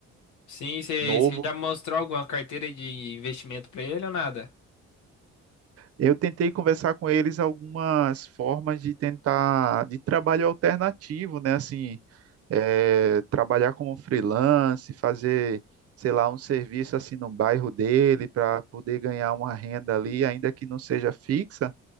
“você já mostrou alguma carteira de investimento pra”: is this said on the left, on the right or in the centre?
Left